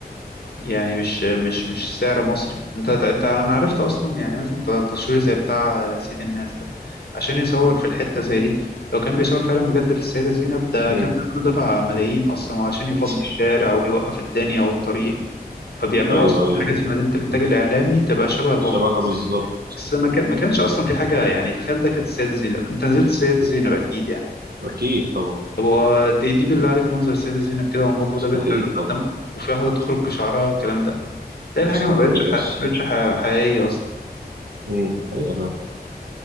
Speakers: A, on the left; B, on the right.
A: يعني مش مش مش سعر مصري انت انت انا عرفت اصلا يعني مثلا ت- تصوير زي بتاع سيد الناس ده عشان يصور في الحته زي دي لو كان بيصور فعلا بجد في السيده زينب ده
B: مم.
A: كان زمانه دفع ملايين اصلا وعشان يفضي
B: <laughs>
A: الشارع ويوقف الدنيا والطريق فبيعملوا
B: أيوه
A: اصلا
B: أيوه
A: حاجات في مدينه الانتاج الاعلامي تبقى شبه الواقع
B: شبهها
A: بس
B: بالظبط
A: بس ما كان- ما كانش اصلا في حاجه يعني تخيل ده كانت السيده زينب انت نزلت السيده زينب اكيد يعني
B: أكيد طبعا
A: طب هو دي دي بالله عليك منظر السيده زينب كده والموقف ده
B: مستحيل
A: بيتعرض
B: طبعا
A: قدامك وفي واحده تخرج بشعرها والكلام ده تلاقي الحاجه
B: مستحيل
A: ما بقتش
B: يا باشا
A: ح- ما بقتش ح- حقيقيه اصلا
B: مم. حقيقة فعلا.